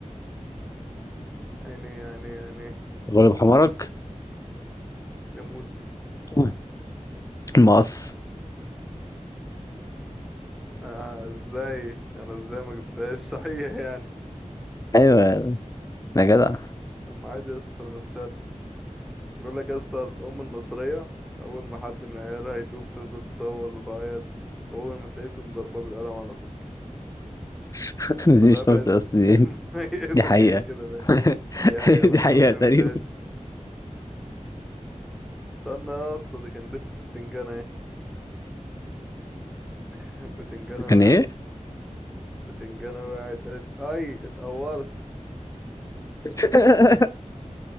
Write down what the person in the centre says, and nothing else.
عينيه عينيه عينيه
ريموت
آه ازاي انا ازاي ما جبتهاش <laughs> صحيح يعني
طب ما عادي يا اسطى الغسالة بقول لك يا اسطى الأم المصرية أول ما حد من عيالها يتوه تفضل تصوت وتعيط وأول ما تلاقيته مضرباه بالقلم على طول
أنا
مش
عارف
هي-
<laughs>
هي كده
هي هي فعلا
انا ما فهمتهاش
دي استنى يا اسطى ده كان لسه في بتنجانة اهي <laughs> بتنجانة
وقعت
بتنجانة وقعت قالت اي اتقورت